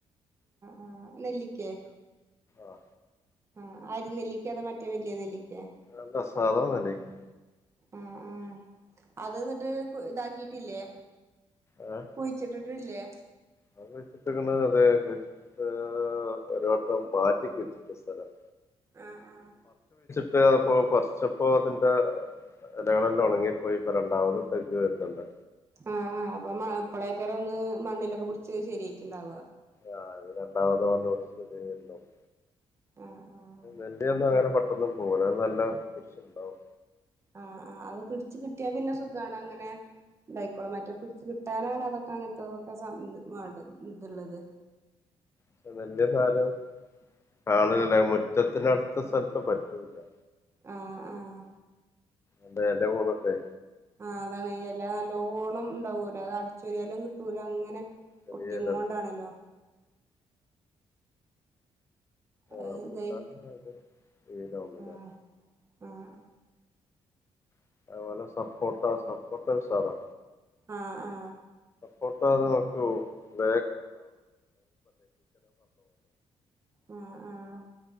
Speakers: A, on the right; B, on the left.
A: ആഹ് നെല്ലിക്കെ
B: ആഹ്
A: ആഹ് അരിനെല്ലിക്കെ അതോ മറ്റേ വല്യെ നെല്ലിക്കെ
B: അല്ല സാധാ നെല്ലിക്ക
A: ആഹ് ആഹ് അത് ന്ന്ട്ട് താക്കിട്ടില്ലെ
B: ഏ,
A: കുഴിച്ചിട്ടിട് വില്ലേ
B: അത് മെച്ചക്കെണ്ടാ അതെ ഏഹ് ഏഹ് ഒരു വട്ടം മാറ്റി കുയ്ച്ചിട്ട സ്ഥലം
A: ആഹ് ആഹ്
B: ഇപ്പ പ്പൊ പർച്ചപ്പോ അതിന്റെ എലകളെല്ലാം ഒണങ്ങിപ്പോയി ഇപ്പോ രണ്ടാമത് തയ്യ് വര്ന്ന്ണ്ട്
A: ആഹ് ആ അപ്പ മ ഇപ്പളേക്കാരം ഒന്ന് മണ്ണിലൊക്കെ പുടിച്ച് ശരിയായിട്ട്ണ്ടാവ
B: ആ ഇനി രണ്ടാമത് <unintelligible> ശരിയായി വര്ണ്ടാവും
A: ആ ആ
B: നെല്ലിയ ഒന്നും അങ്ങനെ പെ ഒന്നും പോര അഅ് നല്ല പിടിച്ച്ണ്ടാവും
A: ആഹ് ആ അത് പിടിച്ച് കിട്ടിയാ പിന്നെ സുഖാണ് അങ്ങനെ ഇണ്ടായിക്കോളും മറ്റേ പിടിച്ച് കി ട്ടാനാണ് അതൊക്കെ അങ്ങനത്തെതൊക്കെ സം വേണ്ട ത്ള്ളത്
B: ക്ഷേ നെല്ല്യ മരം കാണലില്ല മുറ്റത്തിനട് ത്ത സലത്ത് പറ്റൂല്ല്യ
A: ആഹ് ആഹ്
B: അൻ്റെ എല പോന്ന്ട്ടേ
A: ആഹ്അതാണ് ഈ എല നല്ലോണം ഉണ്ടാവോലോ അത് അടിച്ചോര്യാലും കിട്ടൂല അങ്ങനെ
B: ചെറിയയിലല്ല
A: ഒട്ടിങ്ങോണ്ടാണല്ലോ അത്
B: റംപുട്ടാ
A: ഇതായി
B: <unintelligible>
A: ആഹ്
B: ലേ
A: ആഹ്
B: <unintelligible> പ്പ ഉഷാറാ
A: ആ ആ
B: ഫോട്ടോ നോ <inaudible> <unintelligible>
A: ആഹ് ആഹ്